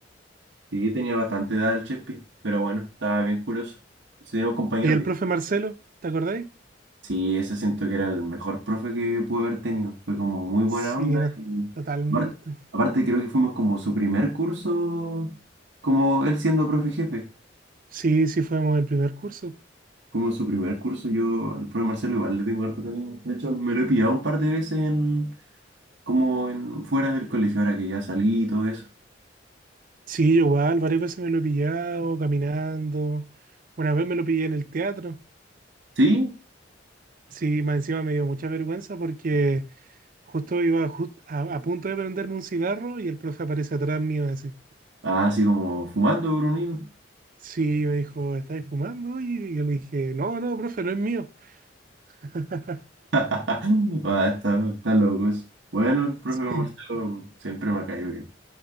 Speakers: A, on the right (about 70°); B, on the right (about 50°).
A: Sí, tenía bastante edad el Chespi, pero bueno, estaba bien curioso. Sí, Teníamos compañeros
B: ¿Y el
A: bien.
B: profe Marcelo? ¿Te acordáis?
A: Sí, ese siento que era el mejor profe que pude haber tenido. Fue como muy buena
B: Sí,
A: onda
B: no,
A: y
B: totalmente.
A: aparte, aparte creo que fuimos como su primer curso, como él siendo profe jefe.
B: Sí, sí fuimos el primer curso.
A: Fuimos su primer curso, yo al profe Marcelo igual le tengo harto cariño. De hecho, me lo he pillado un par de veces en, como en, fuera del colegio, ahora que ya salí y todo eso.
B: Sí, yo igual, varias veces me lo he pillado caminando. Una vez me lo pillé en el teatro.
A: ¿Sí?
B: Sí, más encima me dio mucha vergüenza porque justo iba jus- a, a punto de prenderme un cigarro y el profe aparece atrás mío así.
A: Ah, así como fumando, Brunín.
B: Sí, me dijo, ¿estáis fumando? Y yo le dije, no, no, profe, no es mío. <laughs>
A: <laughs> Ah, está, está loco eso. Bueno, el profe
B: Sí,
A: Marcelo siempre me ha caído bien.